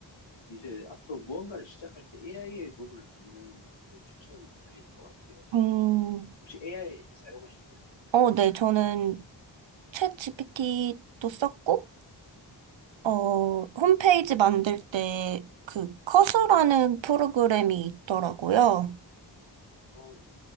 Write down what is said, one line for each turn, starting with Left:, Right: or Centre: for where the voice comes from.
Left: 이제 앞으로 무언가를 시작할 때 AI의 도움을 받는 것을 좀 추천드리는 것 같아요.
Right: 음,
Left: 혹시 AI 사용하시나요?
Right: 어, 네, 저는 챗GPT도 썼고, 어, 홈페이지 만들 때 그 커서라는 프로그램이 있더라고요.
Left: 어, 네.